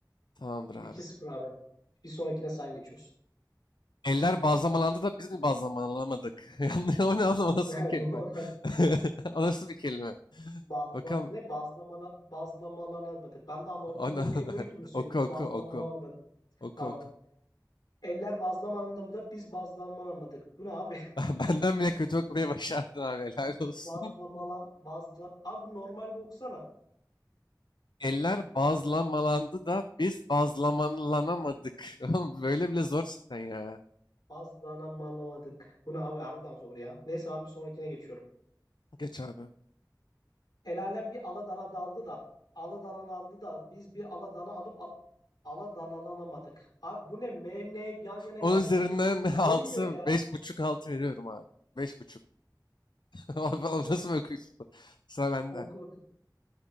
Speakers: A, on the left (about 85°); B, on the left (about 65°).
A: tamamdır abi.
B: 2 sıfır abi. Bir sonrakine sen geçiyorsun.
A: Eller bazlamalandı da biz mi bazlamalamadık? <laughs> Yanlış, o ne oğlum? O nasıl
B: <laughs>
A: bir kelime?
B: Bu-
A: <laughs> O nasıl bir kelime?
B: Bazla,
A: Bakalım
B: ne bazlamana bazlamalanamadı. Ben daha normalini
A: Ana
B: okuyamıyorum
A: <laughs>
B: ki bunu söyleyeyim.
A: oku
B: Bazlamalanamadı.
A: oku oku oku
B: Tamam.
A: oku.
B: Eller bazlamanında da biz bazlanamadık. Bu ne abi?
A: <laughs> Benden bile kötü okumayı başardın abi helal
B: <laughs>
A: olsun.
B: Bazlamalan, bazla... Abi bu normal bir okusana.
A: <laughs> Eller bazlamalandı da biz bazlamalanamadık. <laughs> Oğlum Böyle bile zor cidden ya.
B: Bazlanamadık. Bu ne abi? Harbiden zor ya. Neyse ben bir sonrakine geçiyorum.
A: Geç abi.
B: El alem bir aladana daldı da. Aladanalandı da. Biz bir aladana alıp al... aladanalanamadık. Abi bu ne? M, N yan yana
A: Onun
B: gelsen
A: üzerinden
B: benim dil
A: <laughs> altı
B: dönmüyor ya.
A: beş buçuk 6 veriyorum abi. beş buçuk <laughs> Oğlum
B: Ok,
A: Nasıl okuyorsun? Sıra bende.
B: oku bakayım.